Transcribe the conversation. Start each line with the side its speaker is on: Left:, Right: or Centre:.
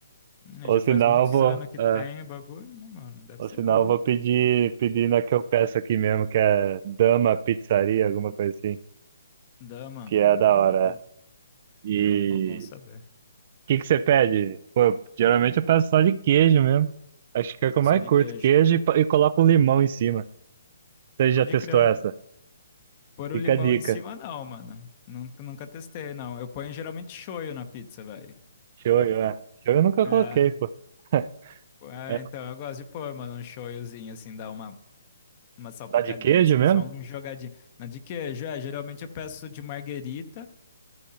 Left: Hum,
Right: Ou
Left: Já
Right: senão
Left: faz muitos
Right: eu vou,
Left: anos que
Right: é,
Left: tem o bagulho, não, mano. Deve
Right: ou
Left: ser
Right: senão
Left: bom.
Right: eu vou pedir, pedir na que eu peço aqui mesmo, que é Dama Pizzaria, alguma coisa assim,
Left: Dama.
Right: que é da hora.
Left: Ó,
Right: é. E
Left: ó, bom saber.
Right: o que que você pede? Pô, geralmente eu peço só de queijo mesmo. Acho que é o que eu
Left: Só
Right: mais
Left: de
Right: curto,
Left: queijo.
Right: queijo e, pa- e coloco um limão em cima. Você já
Left: Pode
Right: testou
Left: crer.
Right: essa?
Left: Pôr
Right: Fica
Left: o limão
Right: a dica.
Left: em cima, não, mano. Nunca, nunca testei, não. Eu ponho geralmente shoyu na pizza, velho.
Right: Shoyu, é. Shoyu eu nunca
Left: É,
Right: coloquei, pô. <laughs>
Left: é,
Right: É,
Left: então eu gosto de pôr, mano, um shoyuzinho, assim, dar uma, uma salpicadinha,
Right: dá de queijo
Left: assim,
Right: mesmo?
Left: só um jogadinho. Na de queijo, é, geralmente eu peço de marguerita